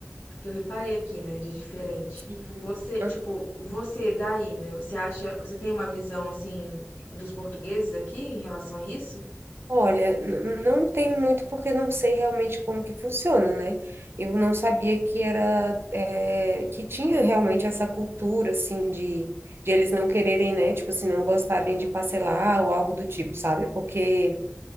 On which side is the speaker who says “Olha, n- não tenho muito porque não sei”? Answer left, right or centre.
Right